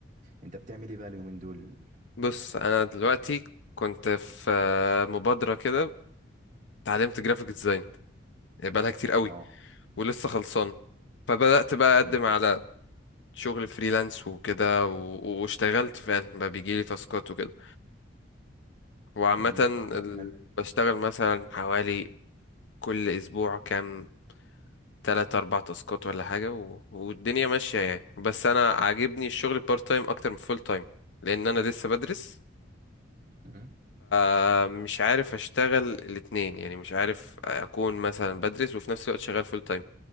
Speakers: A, on the right (about 40°); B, on the left (about 70°).
A: انت بتعمل ايه بقى اليومين دول
B: بص انا دلوقتي كنت في مبادرة كده اتعلمت جرافيك ديزاين بقالها كتير قوي
A: اه
B: ولسه خلصان فبدأت بقى اقدم
A: ايوه
B: على شغل فريلانس وكده و- واشتغلت فعلا بقى بيجيلي تاسكات وكده وعامة
A: امم
B: ال-
A: طب حلو
B: بشتغل مثلا حوالي كل أسبوع كام تلات أربع تاسكات ولا حاجة و... والدنيا ماشية يعني بس أنا عاجبني الشغل بارت تايم أكتر من فول تايم لأن أنا لسه بدرس
A: امم
B: آه، مش عارف أشتغل الاتنين يعني مش عارف أكون مثلا بدرس وفي نفس الوقت شغال فول تايم